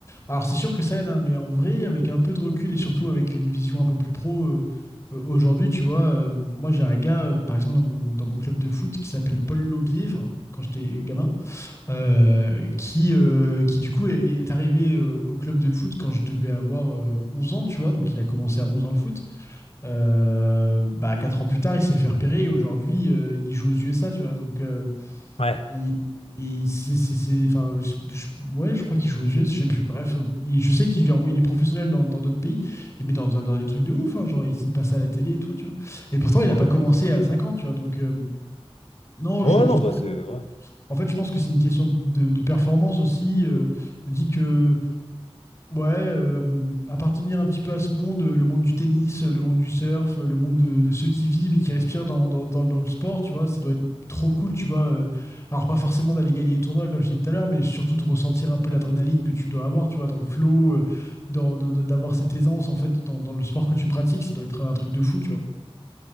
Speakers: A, on the left; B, on the left.
A: Alors c'est sûr que ça aide, hein, mais en vrai, avec un peu de recul et surtout avec une vision un peu plus pro euh, euh, aujourd'hui, tu vois, euh, moi j'ai un gars, euh, par exemple, dans mon, dans mon club de foot qui s'appelle Paul Laubier, enfin, quand j'étais gamin, euh, qui, euh, qui du coup est, est arrivé euh, au club de foot quand je devais avoir euh, 11 ans, tu vois, donc il a commencé à 11 ans le foot. Euh, bah, quatre ans plus tard, il s'est fait repérer et aujourd'hui, euh, il joue aux USA, tu vois. Donc, euh,
B: Ouais.
A: il, il- c'est, c'est- c'est- enfin, je- je- ouais, je crois qu'il joue aux USA, je sais plus. Bref, euh, il- je sais qu'il lui envoie- il est professionnel dans dans d'autres pays, et- mais dans, dans, dans des trucs de ouf, hein, genre, il, il passe à la télé et tout, tu vois. Et pourtant, il n'a pas commencé à 5 ans, tu vois. Donc, euh, non,
B: Ouais,
A: je, je-
B: non, bah
A: en fait,
B: c'est. ouais.
A: en fait, je pense que c'est une question de, de performance aussi. euh, je me dis que Ouais, euh, appartenir un petit peu à ce monde, euh, le monde du tennis, euh, le monde du surf, euh, le monde de, de ceux qui vivent et qui respirent dans, dans, dans le dans le sport, tu vois, ça doit être trop cool, tu vois. euh, alors, pas forcément d'aller gagner les tournois, comme je t'ai dit tout à l'heure, mais surtout de ressentir un peu l'adrénaline que tu dois avoir, tu vois, dans le flow, euh, dans, de- de- d'avoir cette aisance, en fait, dans, dans le sport que tu pratiques, ça doit être un truc de fou, tu vois.